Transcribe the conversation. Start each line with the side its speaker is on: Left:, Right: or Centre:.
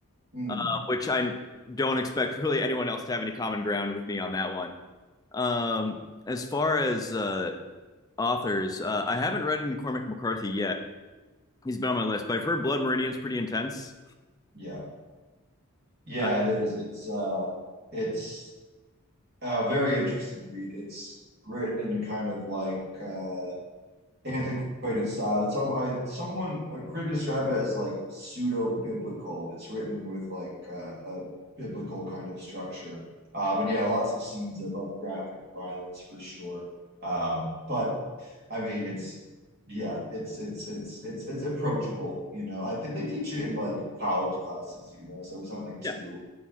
Right: Hmm.
Left: uh, which I don't expect <laughs> really anyone else to have any common ground with me on that one. Um, as far as uh, authors, uh, I haven't read any Cormac McCarthy yet. He's been on my list, but I've heard Blood Meridian's pretty intense.
Right: Yeah. Yeah,
Left: Uh,
Right: it is. It's uh it's a very interesting read. It's written in a kind of like uh antiquated style. It's all I someone a critic described it as like pseudo-biblical. It's written with like uh, a biblical kind of structure. Um and yeah, lots of scenes of, of graphic violence for sure. Um but I mean it's yeah, it's it's it's it's it's approachable, you know. I think they teach it in like college classes, you know, so it's nothing too
Left: yeah,